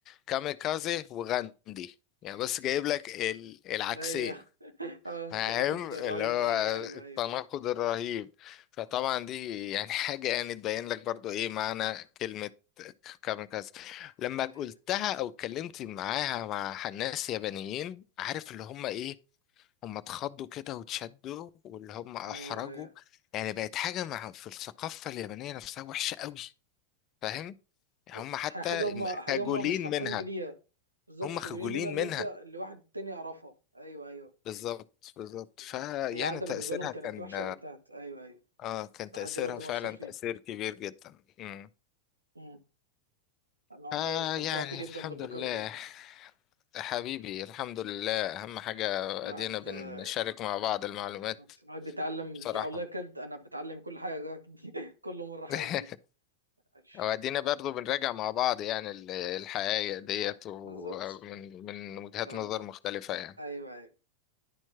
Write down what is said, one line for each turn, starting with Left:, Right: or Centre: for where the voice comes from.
Left: كاميكازي وغاندي يعني بس جايب لك ال- العكسين
Right: ايوه <laughs> آه،
Left: فاهم
Right: تناقض رهيب
Left: اللي هو
Right: ايوه ايوه
Left: التناقض
Right: ايوه
Left: الرهيب فطبعا دي يعني <laughs> حاجة يعني تبين لك برضو ايه معنى كلمة كاميكازي لما قلتها
Right: ايوه
Left: او اتكلمت معاها مع ناس يابانيين عارف اللي هم ايه هم اتخضوا كده واتشدوا واللي هم احرجوا
Right: ايوه أيوة.
Left: يعني بقت حاجة مع في الثقافة اليابانية نفسها وحشة قوي فاهم
Right: كانت
Left: هم حتى
Right: حاجه هم حاجه
Left: خجولين
Right: هم مش فرحين
Left: منها
Right: بيها بالظبط
Left: هم
Right: خجولين
Left: خجولين
Right: منها اللي
Left: منها
Right: انت اللي واحد تاني يعرفها ايوه ايوه
Left: بالظبط بالظبط
Right: بالظبط
Left: فيعني
Right: هي عاده
Left: تأثيرها
Right: بالنسبه لهم كانت
Left: كان
Right: وحشه وانتهت ايوه ايوه
Left: اه كان تأثيرها
Right: لحد دلوقتي
Left: فعلا
Right: مؤثر فيه
Left: تأثير كبير جدا امم
Right: امم انا والله
Left: آه
Right: استمتعت
Left: يعني
Right: جدا
Left: الحمد
Right: بالنقاش
Left: لله
Right: ده
Left: حبيبي الحمد لله أهم حاجة
Right: الواحد
Left: أدينا بنشارك
Right: آه،
Left: مع بعض المعلومات
Right: بالظبط. الواحد بيتعلم
Left: بصراحة
Right: والله بجد انا بتعلم كل حاجه <laughs> كل مره حاجه
Left: <laughs>
Right: جديده ماشي
Left: وأدينا برضو بنراجع مع بعض يعني ال- الحقائق ديت ومن
Right: بالظبط
Left: من وجهات
Right: لا
Left: نظر
Right: لا لا.
Left: مختلفة يعني
Right: ايوه ايوه